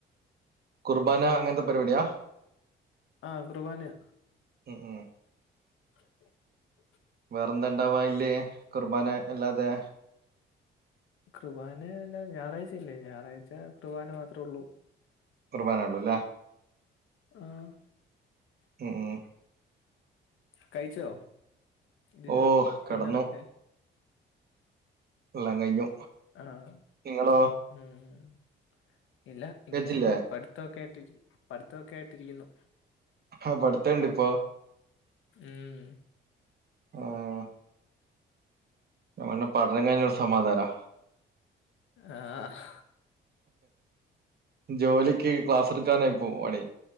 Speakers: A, on the right; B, on the left.
A: കുർബാന അങ്ങനത്തെ പരിപാടിയാ
B: ആഹ് കുർബാനയാ
A: ഉം ഉം
B: <inaudible>
A: വേറെന്താ ഉണ്ടാവാ അയില്? കുർബാന അല്ലാതെ
B: കുർബാന അല്ലാ ഞായറാഴ്ച അല്ലേ ഞായറാഴ്ച കുർബാന മാത്രേ ഉള്ളൂ
A: കുർബാനേ ഉള്ളു അല്ലേ
B: ആഹ്
A: ഉം ഉം
B: കഴിച്ചോ ഡിന്ന
A: ഓ, കിടന്നു.
B: ഡിന്നറൊക്കെ
A: എല്ലാം കഴിഞ്ഞു
B: ആഹ്
A: നിങ്ങളോ?
B: ഉം ഇല്ല ഇങ്ങനെ
A: കഴിച്ചില്ലേ
B: പഠിത്തമൊക്കെ ആയിട്ട് പഠിത്തമൊക്കെ ആയിട്ട് ഇരിക്കുന്നു
A: ആഹ് പഠത്തം ഇണ്ട് ഇപ്പോ
B: ഉം
A: ആഹ് ഞമ്മന്റെ പഠനം കഴിഞ്ഞാ ഒരു സമാധാനാ
B: ആഹ്
A: ജോലിക്ക് ക്ലാസ് <unintelligible>